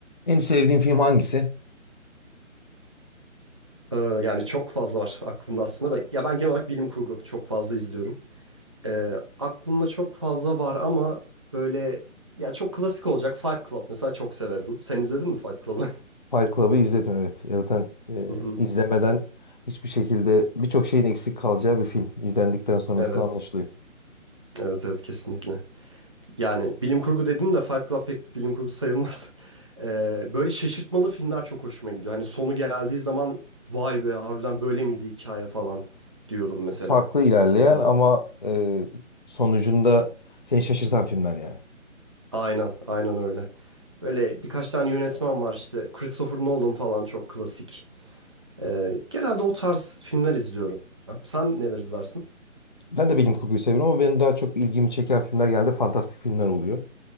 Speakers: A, on the left; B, on the right.
A: En sevdiğin film hangisi?
B: Ee, yani çok fazla var aklımda aslında. Ben, ya ben genel olarak bilim kurgu çok fazla izliyorum. Ee, aklımda çok fazla var ama böyle ya çok klasik olacak Fight Club mesela çok severim. Sen izledin mi Fight Club'ı? <laughs>
A: Fight Club'ı izledim evet. Ya Zaten e,
B: Hı hı.
A: izlemeden hiçbir şekilde birçok şeyin eksik kalacağı bir film. İzlendikten sonrasında
B: Evet.
A: anlaşılıyor.
B: Evet evet kesinlikle. Yani bilim kurgu dedim de Fight Club pek bilim kurgu sayılmaz. <laughs> Ee, böyle şaşırtmalı filmler çok hoşuma gidiyor. Hani sonu geldiği zaman vay be harbiden böyle miydi hikaye falan diyorum mesela.
A: Farklı ilerleyen
B: Ee,
A: ama e, sonucunda seni şaşırtan filmler yani.
B: Aynen, aynen öyle. Böyle birkaç tane yönetmen var işte. Christopher Nolan falan çok klasik. Ee, genelde o tarz filmler izliyorum. Sen neler izlersin?
A: Ben de bilim kurguyu seviyorum ama benim daha çok ilgimi çeken filmler genelde fantastik filmler oluyor.